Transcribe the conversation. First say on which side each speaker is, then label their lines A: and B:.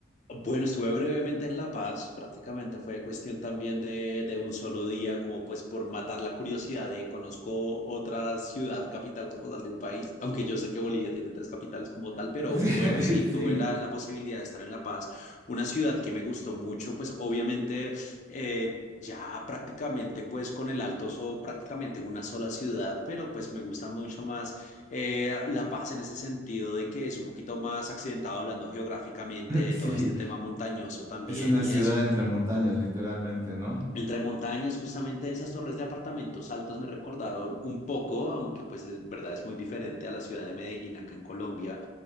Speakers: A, on the left; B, on the right.
A: Bueno, estuve brevemente en La Paz, prácticamente fue cuestión también de, de un solo día, como pues por matar la curiosidad de conozco otra ciudad capital como tal de un país, aunque yo sé que Bolivia tiene tres capitales como tal, pero
B: <laughs>
A: bueno, sí, tuve
B: Sí,
A: la, la posibilidad de estar en La Paz, una ciudad que me gustó mucho, pues obviamente eh, ya prácticamente pues con el Alto son prácticamente una sola ciudad, pero pues me gusta mucho más eh, La Paz en ese sentido de que es un poquito más accidentado hablando geográficamente de
B: sí,
A: todo este tema montañoso también
B: es una
A: y
B: ciudad
A: eso.
B: entre montañas, literalmente, ¿no?
A: Entre montañas, justamente esas torres de apartamentos altos me recordaron un poco, aunque pues es verdad es muy diferente a la ciudad de Medellín acá en Colombia.